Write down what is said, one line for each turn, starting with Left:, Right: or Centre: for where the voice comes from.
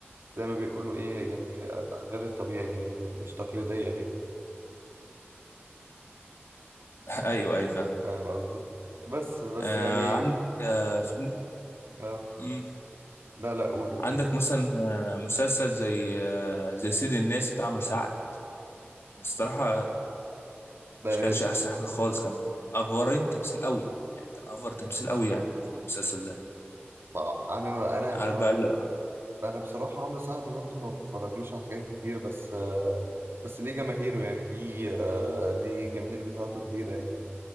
Right: زي ما بيقولوا إيه يعني آه، غير الطبيعي يعني مش تقليدية هي
Left: <laughs> ايوه ايوه فاهم
Right: فاهم قصدي؟ بس بس
Left: آه
Right: يعني
Left: عندك آه في
Right: اه
Left: مم.
Right: لا لا قول قول
Left: عندك مثلا آه مسلسل زي آه زي سيد الناس بتاع عمرو سعد الصراحه
Right: ده
Left: مش كانش احسن حاجه خالص كان افورين تمثيل قوي يعني كان افور تمثيل قوي يعني في المسلسل ده
Right: ده- انا انا
Left: عارف بقى ال-
Right: انا بصراحه عمرو سعد برضه ما بفرجلوش على حاجات كتير بس آه، بس ليه جماهيره يعني ليه آه، ليه الجماهير بتاعته كبيره يعني